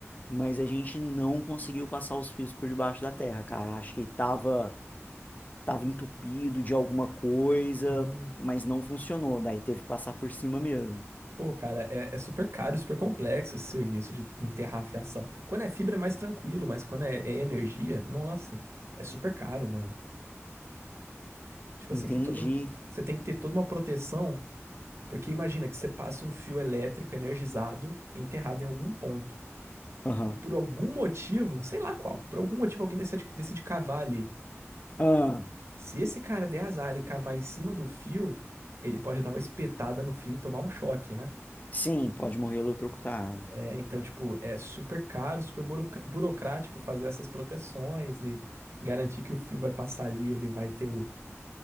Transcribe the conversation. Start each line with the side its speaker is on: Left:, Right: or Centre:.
Left: mas a gente não conseguiu passar os fios por debaixo da terra, cara. Acho que tava, tava entupido de alguma coisa,
Right: Hum,
Left: mas não funcionou. Daí teve que passar por cima mesmo.
Right: pô, cara, é, é super caro, super complexo esse serviço de enterrar a fiação. Quando é fibra é mais tranquilo, mas quando é, é energia, nossa, é super caro, mano. Tipo
Left: Entendi.
Right: assim, tem todo. Você tem que ter toda uma proteção, porque imagina que você passa um fio elétrico energizado enterrado em algum ponto.
Left: Aham.
Right: E por algum motivo, sei lá qual, por algum motivo alguém decide, decide cavar ali.
Left: Ah,
Right: Se esse cara der azar e cavar em cima do fio, ele pode dar uma espetada no fio e tomar um choque, né?
Left: sim, pode morrer eletrocutado.
Right: É, então, tipo, é super caro, super buroca- burocrático fazer essas proteções e garantir que o fio vai passar ali, ele vai ter o-